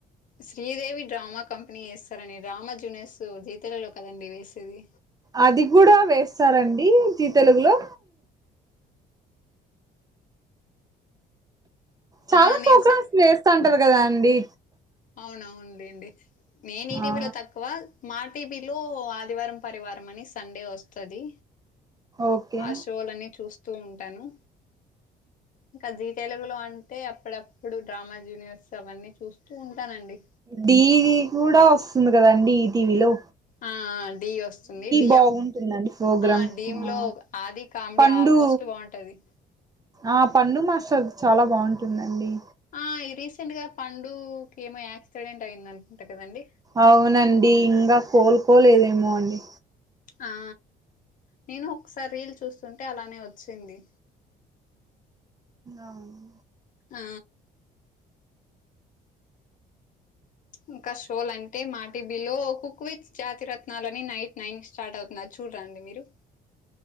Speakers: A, on the left (about 50°); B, on the right (about 20°).
A: శ్రీదేవి డ్రామా కంపెనీ వేస్తారండి డ్రామా జు జూనియర్స్ జీ తెలుగులో కదండి వేసేది
B: అది కూడా వేస్తారండి జి తెలుగులో చాలా
A: ఆ నేను
B: ప్రోగ్రామ్స్
A: స
B: వేస్తుంటారు కదా అండి
A: అవునవును లెండి నేను ఈటీవలో
B: ఆ
A: తక్కువ మా టీవీ లో ఆదివారం పరివారం అని సండే వస్తది
B: ఓకే
A: ఆ షోలన్నీ చూస్తూ ఉంటాను ఇంకా జీ తెలుగులో అంటే అప్పుడప్పుడు డ్రామా జూనియర్స్ అవన్నీ చూస్తూ ఉంటానండి
B: ఢి కూడా వస్తుంది కదాండి ఈ టీవీలో
A: ఆ ఢి వస్తుంది డిప్
B: బాగుంటుందండి ప్రోగ్రాం
A: ఆ ఢి
B: ఆ
A: లో ఆది కామెడీ
B: పండు
A: ఆల్మోస్ట్ బాగుంటది
B: ఆ పండు మాస్టర్ చాలా బాగుంటుందండి
A: ఆ రీసెంట్ గా పండుకి ఏమో యాక్సిడెంట్ అయింది అనుకుంటా కదండి
B: అవునండి ఇంకా కోలుకోలేదేమో అండి
A: ఆ నేను ఒకసారి రీల్ చూస్తుంటే అలానే వచ్చింది
B: అవును
A: ఆ ఇంకా షోలు అంటే మా టివి లో హుక్ విత్ జాతిరత్నలని నైట్ నైన్ స్టార్ట్ అవుతున్నారు అది చూడరాండి మీరు